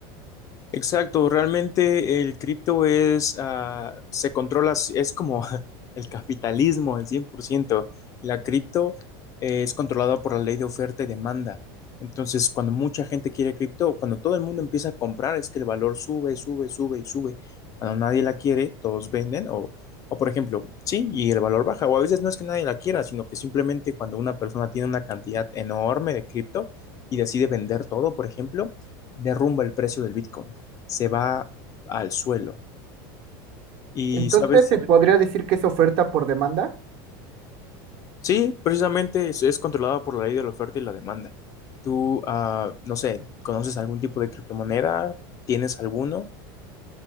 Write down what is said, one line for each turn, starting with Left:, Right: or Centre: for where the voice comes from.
Left: Exacto, realmente el cripto es, ah, se controla, es como <laughs> el capitalismo al 100%. La cripto eh, es controlada por la ley de oferta y demanda. Entonces, cuando mucha gente quiere cripto, cuando todo el mundo empieza a comprar, es que el valor sube, sube, sube y sube. Cuando nadie la quiere, todos venden o, o por ejemplo, sí, y el valor baja. O a veces no es que nadie la quiera, sino que simplemente cuando una persona tiene una cantidad enorme de cripto y decide vender todo, por ejemplo, derrumba el precio del Bitcoin se va al suelo. Y,
Right: Entonces,
Left: ¿sabes?
Right: ¿se podría decir que es oferta por demanda?
Left: Sí, precisamente es, es controlada por la ley de la oferta y la demanda. Tú, ah, no sé, ¿conoces algún tipo de criptomoneda? ¿Tienes alguno?